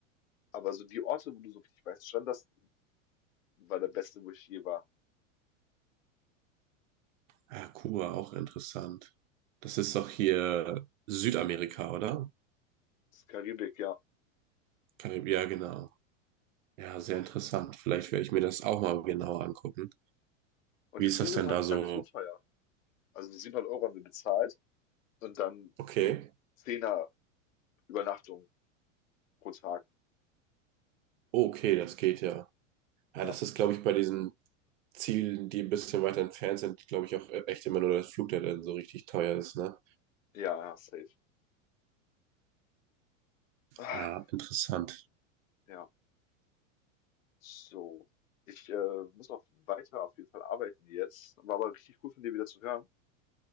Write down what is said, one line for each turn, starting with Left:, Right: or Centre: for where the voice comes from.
Left: aber so die Orte, wo du so richtig weißen Strand hast, war der beste, wo ich je war.
Right: Ja, Kuba, auch interessant. Das ist doch hier Südamerika, oder?
Left: Das ist Karibik, ja.
Right: Karib- Ja, genau. Ja, sehr interessant. Vielleicht werde ich mir das auch mal genauer angucken.
Left: Und
Right: Wie
Left: die Flüge
Right: ist das denn
Left: waren
Right: da so?
Left: gar nicht so teuer. Also 700 Euro haben wir bezahlt und dann
Right: Okay.
Left: so Zehner Übernachtung pro Tag.
Right: Oh, okay, das geht ja. Ja,
Left: Ja,
Right: das ist, glaube ich, bei diesen Zielen, die ein bisschen weiter entfernt sind, glaube ich auch echt immer nur das Flug, der dann so richtig teuer ist, ne?
Left: ja, ja, safe. Ah,
Right: Ah, interessant.
Left: Ja, so. Ich äh, muss noch weiter auf jeden Fall arbeiten jetzt. War aber richtig cool von dir wieder zu hören.